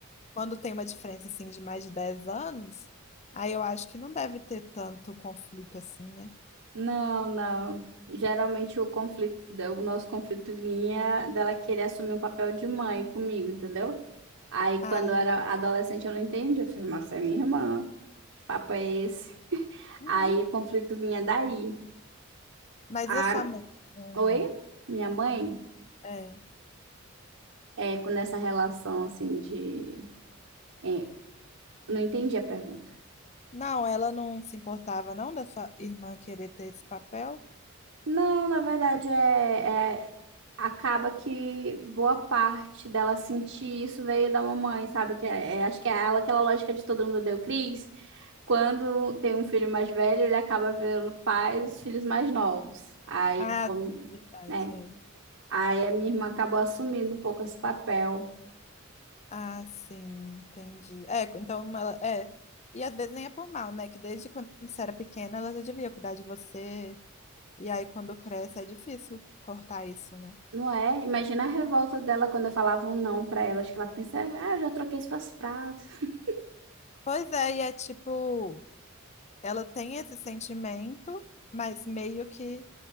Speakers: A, on the left; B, on the right.
A: quando tem uma diferença assim de mais de 10 anos, aí eu acho que não deve ter tanto conflito assim, né?
B: Não, não. Geralmente o conflito, o nosso conflito vinha dela querer assumir um papel de mãe comigo, entendeu? Aí
A: Ah,
B: quando eu era adolescente eu não entendi, eu fiz, mas você é minha irmã, que papo é esse?
A: uhum.
B: Aí o conflito vinha daí.
A: Mas
B: A,
A: e a sua mãe? Não,
B: oi, minha mãe,
A: é.
B: é com essa relação assim de é, não entendi a pergunta.
A: Não, ela não se importava não da sua irmã querer ter esse papel?
B: Não, na verdade é, é acaba que boa parte dela sentir isso veio da mamãe, sabe? Que é, é- acho que é ela, aquela lógica de todo mundo deu Cris. Quando tem um filho mais velho, ele acaba vendo pais os filhos mais novos. Aí,
A: Ah,
B: como,
A: sim, verdade.
B: né?
A: é.
B: Aí a minha irmã acabou assumindo um pouco esse papel.
A: Ah, sim, entendi. É, então ela, é. E às vezes nem é por mal, né? Que desde quando você era pequena ela já devia cuidar de você. E aí quando cresce é difícil cortar isso, né?
B: Não é? Imagina a revolta dela quando eu falava um não pra ela. Acho que ela pensa, ah, eu já troquei suas fraldas. <laughs>
A: Pois é, e é tipo, ela tem esse sentimento, mas meio que,